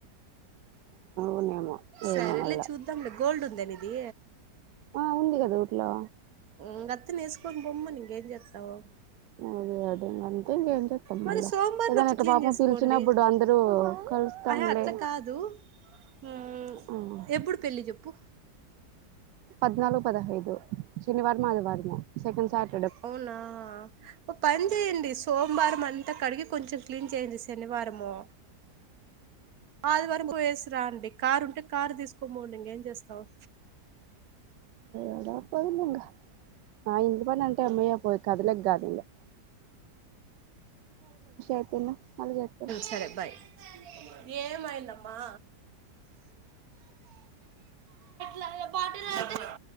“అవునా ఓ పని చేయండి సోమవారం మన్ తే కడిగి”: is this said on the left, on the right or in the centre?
Right